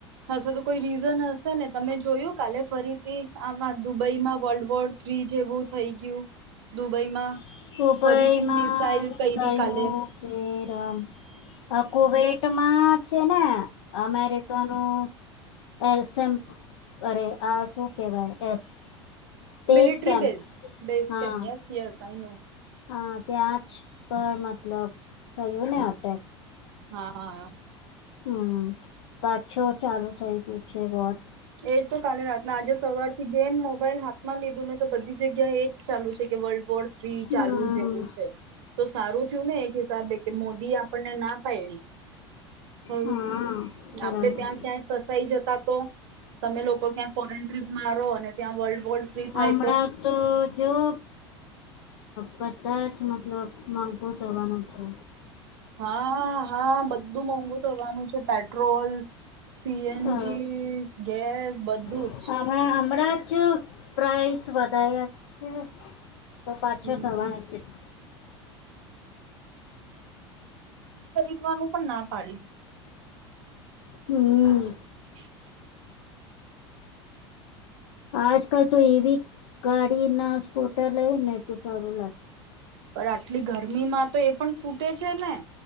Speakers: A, on the right; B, on the left.
A: હશે તો કોઈ રીઝન હશે ને. તમે જોયું કાલે ફરીથી આમાં દુબઈમાં વર્લ્ડ વોર થ્રી જેવું થઈ ગયું, દુબઈમાં.
B: <unintelligible> <unintelligible>
A: ફરીથી મિસાઇલ કયરી કાલે
B: કુવેટ માં છે ને, અમેરિકાનું. એસમ. અરે, આ શું કહેવાય? એસ space
A: military
B: camp
A: base base
B: હા
A: કેમ્પ? Yes I know.
B: હા, ત્યાં જ પર મતલબ થયું ને એટેક.
A: હા હા!
B: હમ, પાછો ચાલુ થઈ ગયું છે, વોર.
A: એ તો કાલે રાતના, આજે સવારથી જેમ મોબાઈલ હાથમાં લીધું ને, તો બધી જગ્યા એજ ચાલુ છે કે, વર્લ્ડ વોર. થ્રી
B: હમ
A: ચાલુ જેવું છે. તો સારું થયું ને, એક હિસાબે કે મોદી આપણને ના પાયડી. હ
B: હા બરાબર
A: આપણે ત્યાં ત્યાંય ફસાઈ જતા તો. તમે લોકો ક્યાં ફોરેન ટ્રીપ મારો, અને ત્યાં વર્લ્ડ વોર. થ્રી
B: હમણા
A: થાય
B: તો જો. બધાજ મતલબ મન <unintelligible> ધોવાના છે.
A: હા હા હા બ બધું મોંઘું થવાનું છે પેટ્રોલ સી એન
B: હા
A: જી ગેસ બધું
B: હમણાં
A: જ.
B: હમણાં જ પ્રાઇસ વધાર્યા છે. તો પાછો
A: હમ
B: થવાનોજ છે. <inaudible>
A: ખરીદવાનું પણ ના પાડી.
B: હમ્મ.
A: <inaudible>
B: આજકાલ તો એવી ગાડી ના સ્પોટા લય ને તો સારું લાગે.
A: પણ આટલી ગરમીમાં તો એ પણ ફૂટે છે ને